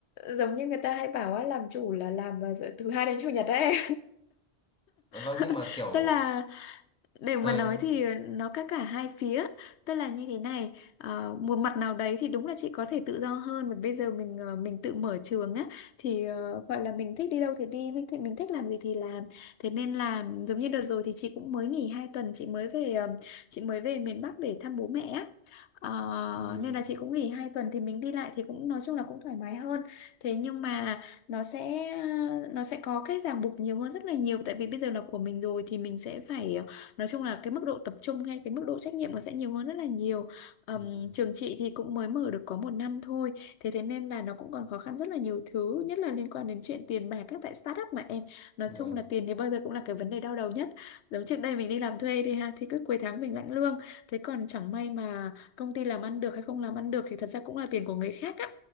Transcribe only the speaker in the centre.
Ờ, vâng
nhưng mà kiểu
thời
ừ,
ừ,
vâng